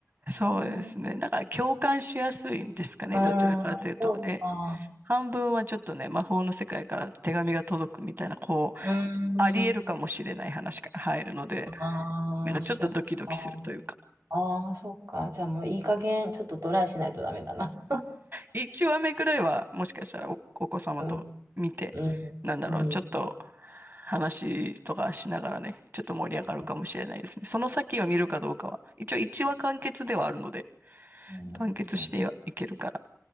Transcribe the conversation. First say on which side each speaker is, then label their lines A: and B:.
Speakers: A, on the right; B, on the right.
A: そうですね。
B: うーん、う
A: なんか共感しやすいんですかね。
B: ーん、
A: どちらかというと。
B: そうか。
A: ね半分はちょっとね、魔法の世界から手紙が届くみたいな、こう、
B: うーん、
A: あり得るかもしれない話が入るので、
B: ああ、
A: なんかちょっとドキドキするというか
B: そっか。ああ、そっか。じゃあもういい加減、ちょっとトライしないとダメだな。
A: 1話目くらいはもしかしたらお、お子様と見て、
B: うん、うん、
A: なんだろう、ちょっと
B: うん。
A: 話とかしながらね、ちょっと盛り上がるかもしれないですね。
B: そう、
A: その先を見るかどうかは、一応1話完結ではあるので、
B: そうそうなんですよ。
A: 完結してはいけるから。